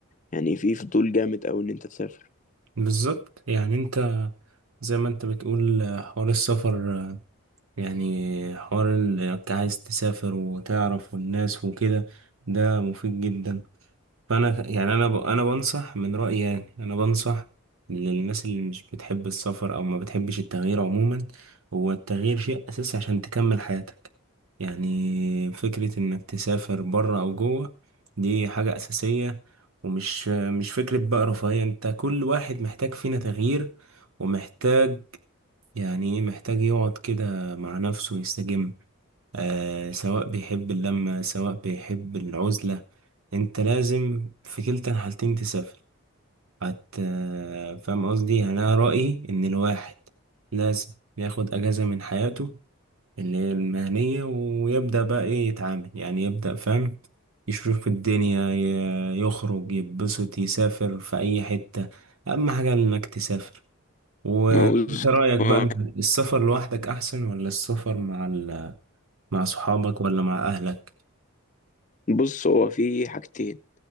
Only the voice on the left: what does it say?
يعني في فضول جامد أوي إن أنت تسافر
ما هو بص
هو-
بص، هو في حاجتين